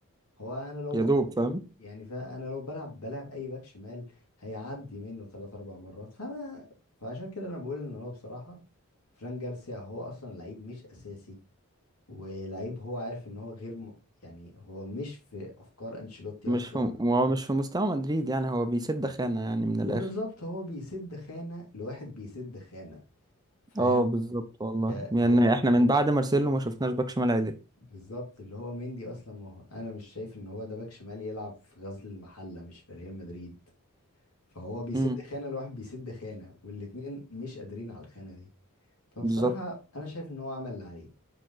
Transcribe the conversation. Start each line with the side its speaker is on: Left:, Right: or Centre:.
Left: هو انا لو
Right: يا دوب فاهم
Left: يعني فانا لو بلعب بلعب اي باك شمال هيعدي منه ثلاث اربع مرات فانا فعشان كده انا بقول ان هو بصراحه فران جارسيا هو اصلا لعيب مش اساسي ولعيب هو عارف ان هو غير م... يعني هو مش في افكار انشيلوتي
Right: مش
Left: اصلا
Right: في هو مش في مستوى مدريد يعني هو بيسد خانة يعني من
Left: وبالظبط
Right: الآخر
Left: هو بيسد خانه لواحد بيسد خانه فاهم
Right: اه بالظبط والله
Left: يعني
Right: يعني
Left: هو
Right: احنا من بعد مارسيلو ما شفناش باك شمال عدل
Left: بالظبط اللي هو مندي اصلا ما هو انا مش شايف ان هو ده باك شمال يلعب في غزل المحله مش في ريال مدريد فهو بيسد
Right: امم
Left: خانة الواحد بيسد خانة والاتنين مش قادرين على الخانة دي فبصراحة
Right: بالظبط
Left: أنا شايف إن هو عمل اللي عليه